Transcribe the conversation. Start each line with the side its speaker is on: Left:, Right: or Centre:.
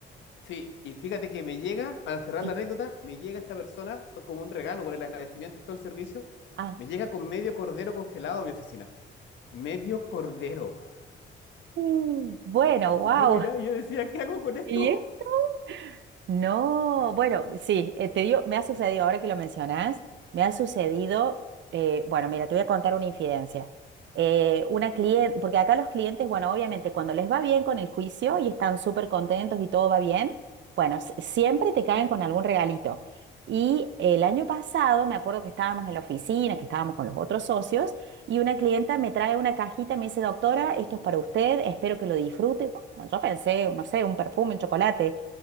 Left: Sí, y fíjate que me llega, para cerrar
Right: Mm.
Left: la anécdota, me llega esta persona como un regalo por el agradecimiento del servicio,
Right: Ah,
Left: me llega con medio cordero congelado a mi oficina. Medio cordero. <laughs>
Right: mm, bueno, wow.
Left: Y yo miraba y yo decía, ¿qué hago con esto?
Right: <laughs>
Left: <laughs>
Right: No, bueno, sí, eh, te digo, me ha sucedido, ahora que lo mencionas, me ha sucedido, eh, bueno, mira, te voy a contar una infidencia. Eh, una cliente, porque acá los clientes, bueno, obviamente cuando les va bien con el juicio y están súper contentos y todo va bien, bueno, s- siempre te caen con algún regalito. Y el año pasado me acuerdo que estábamos en la oficina, que estábamos con los otros socios, y una clienta me trae una cajita, y me dice, doctora, esto es para usted, espero que lo disfrute. Bueno, yo pensé, no sé, un perfume, un chocolate.